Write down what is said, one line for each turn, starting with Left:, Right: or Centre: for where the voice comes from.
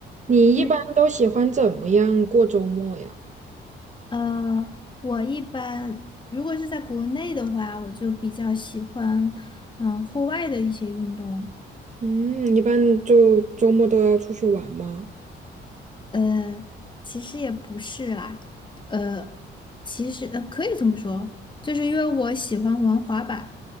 Right: 你一般都喜欢怎么样过周末呀？
Left: 你呃，我一般如果是在国内的话，我就比较喜欢嗯、呃户外的一些运动。
Right: 嗯，一般就周末都要出去玩吗？
Left: 呃，其实也不是啦，呃，其实呃可以这么说，就是因为我喜欢玩滑板，